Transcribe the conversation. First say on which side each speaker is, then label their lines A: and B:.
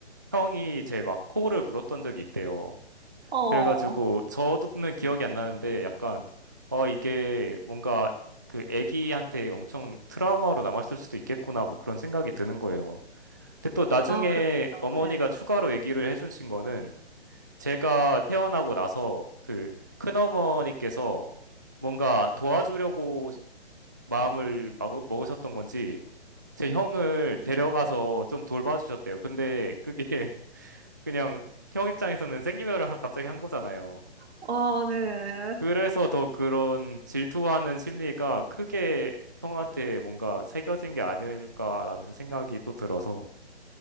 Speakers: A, on the right; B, on the right.
A: 형이 제 막 코를 물었던 적이 있대요.
B: 어,
A: 그래가지고 저도는 기억이 안 나는데 약간 어 이게 뭔가 그 애기한테 엄청 트라우마로 남았을 수도 있겠구나 뭐 그런 생각이 드는 거예요. 근데 또 나중에
B: 아, 그럴 수 있죠.
A: 어머니가
B: 네.
A: 추가로 얘기를 해주신 거는 제가 태어나고 나서 그 큰어머니께서 뭔가 도와주려고 마음을 마구- 먹으셨던 건지 제 형을 데려가서 좀 돌봐주셨대요. 근데 그게 그냥 형 입장에서는 생리별을 하- 갑자기 한 거잖아요.
B: 어, 네.
A: 그래서 더 그런 질투하는 심리가 크게 형한테 뭔가 새겨진 게 아닐까라는 생각이 또 들어서.